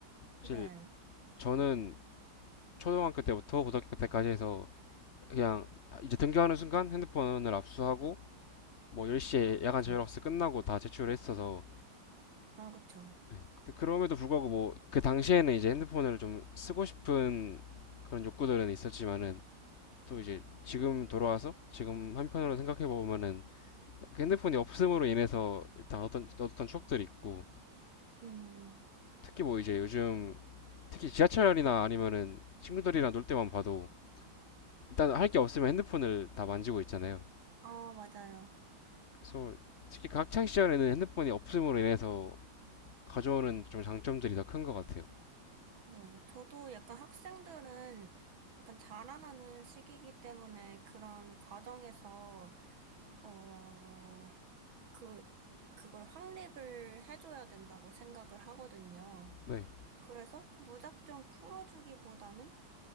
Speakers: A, on the left; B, on the right.
A: 사실
B: 네,
A: 저는 초등학교 때부터 고등학교 때까지 해서 그냥 아, 이제 등교하는 순간 핸드폰을 압수하고 뭐 10시에
B: 그쵸.
A: 야간 자율학습 끝나고 다 제출을 했어서
B: 아, 그쵸.
A: 네. 근데 그럼에도 불구하고 뭐 그 당시에는 이제 핸드폰을 좀 쓰고 싶은 그런 욕구들은 있었지만은 또 이제 지금 돌아와서 지금 한편으로 생각해 보면은 그 핸드폰이 없음으로 인해서 일단 어떤 어떤 추억들이 있고
B: 음,
A: 특히 뭐 이제 요즘 특히 지하철이나 아니면은 친구들이랑 놀 때만 봐도 일단 할 게 없으면 핸드폰을 다 만지고 있잖아요.
B: 아, 맞아요.
A: 그래서 특히 그 학창 시절에는 핸드폰이 없음으로 인해서 가져오는 좀 장점들이 더 큰 것 같아요.
B: 네, 저도 약간 학생들은 약간 자라나는 시기이기 때문에 그런 과정에서, 어, 그, 그걸 확립을 해줘야 된다고 생각을 하거든요.
A: 네,
B: 그래서 무작정 풀어주기보다는,